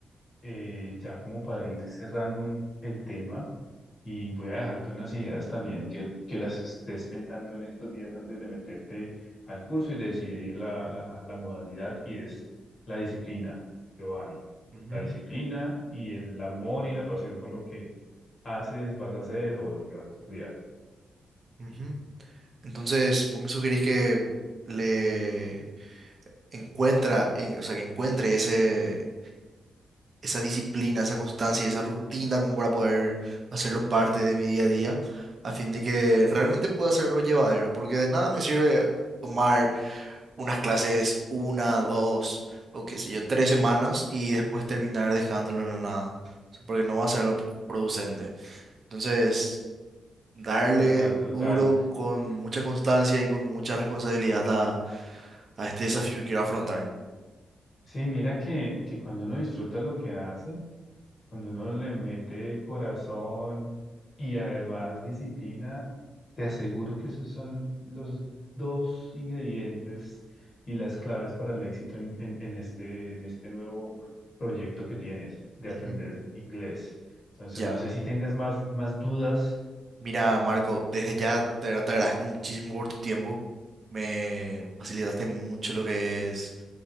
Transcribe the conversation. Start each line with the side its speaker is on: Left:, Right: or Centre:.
Left: eh, ya como para ir cerrando un- el tema Y voy a dejarte unas ideas también que, que las estés pensando en estos días antes de meterte al curso y decidir la, la, la modalidad y es la disciplina, Giovanni.
Right: Ujú,
Left: La disciplina y el amor y la pasión por lo que haces, vas a hacer o lo que vas a estudiar.
Right: ujú. Entonces, vos me sugerís que le encuentra, en- o sea, que encuentre ese, esa disciplina, esa constancia y esa rutina como para poder hacerlo parte de mi día a día, a fin de que realmente pueda hacerlo llevadero, porque de nada me sirve tomar unas clases una, dos o qué sé yo, tres semanas y después terminar dejándolo en la nada, O sea, porque no va a ser algo producente. Entonces, darle
Left: Total, total.
Right: duro con mucha constancia y con mucha responsabilidad a, a este desafío que quiero afrontar.
Left: Sí, mira que, que cuando uno disfruta lo que hace, Cuando uno le mete el corazón y además disciplina, te aseguro que esos son los dos ingredientes y las claves para el éxito en, en, en este, en este nuevo proyecto que tienes de aprender
Right: Ujú,
Left: inglés. Entonces,
Right: Ya.
Left: no sé si tengas más, más dudas.
Right: Mira, Marco, desde ya te, te agradezco muchísimo por tu tiempo. Me facilitaste mucho lo que es